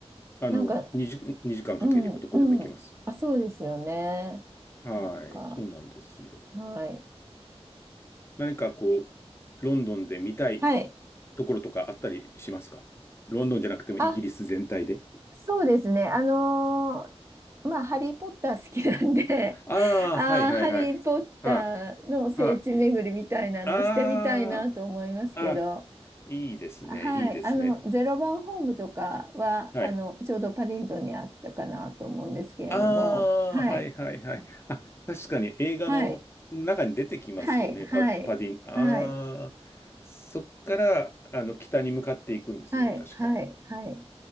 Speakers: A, on the left; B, on the right.
A: あの、
B: なんか、
A: 2時、2時間かければどこでも行けます。
B: うん、うん。あ、そうですよね。
A: はい。
B: なんか、
A: そうなんですよ。
B: はい。
A: 何かこう、ロンドンで見たい
B: はい。
A: ところとかあったりしますかロンドンじゃなくてもイギリス全体で。
B: あ、そうですね。あのまあ、ハリー・ポッター好きなんで、
A: ああ、
B: <laughs> ああ、
A: はいはいはい。
B: ハリー・ポッターの聖地巡りみたいなのしてみたいなと思いますけど、
A: はあ、はあ。ああ、あ、いいですね、
B: はい、
A: いいですね。
B: あの、ゼロ番ホームとかは、
A: はい。
B: あの、ちょうどパディントンにあったかなと思うんですけれども、
A: あ
B: はい、
A: あ、はいはいはい。あ、確かに映画の中に出てきますよね、
B: はい、はい、はい、
A: パ、パディン。ああ、
B: はい、
A: そっから、あの、北に向かっていくんですよね、
B: はい、
A: 確か。
B: はい、はい、